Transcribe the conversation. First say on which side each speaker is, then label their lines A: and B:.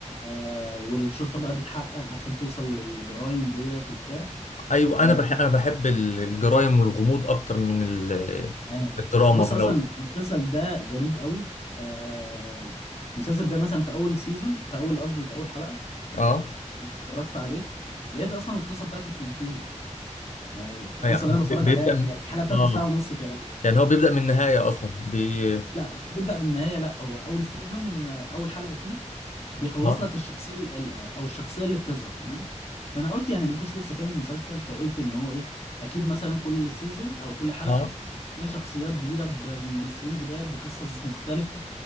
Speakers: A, on the left (about 55°); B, on the left (about 75°).
A: آه والشرطة بقى بتحقق عشان توصل للجرائم ديت وبتاع
B: ايوه
A: آه،
B: انا بحب انا بحب ال- الجرايم والغموض اكتر من ال-
A: معايا
B: الدراما
A: بص
B: فلو
A: اصلا المسلسل ده غريب قوي آه المسلسل ده مثلا في اول سيزون في اول قصدي في اول حلقه
B: اه
A: اتفرجت عليه لقيت اصلا القصه بتاعته بتنتهي يعني القصه
B: يعني
A: اللي انا بتفرج
B: ب- بيبدا
A: عليها
B: م-
A: هي الحلقه بتاعته
B: اه
A: ساعه ونص تقريبا
B: يعني هو بيبدا من النهايه اصلا بي
A: لا مش بتبدا بالنهايه لا هو اول سيزون آه، اول حلقه فيه بيخلص
B: اه
A: لك الشخصيه ال- ال- آه، او الشخصيه اللي بتظهر تمام فانا قلت يعني انا ما كنتش لسه فاهم المسلسل فقلت ان هو ايه اكيد مثلا كل سيزون او كل حلقه
B: اه
A: فيها شخصيات جديده ب- بممثلين جداد بقصص مختلفه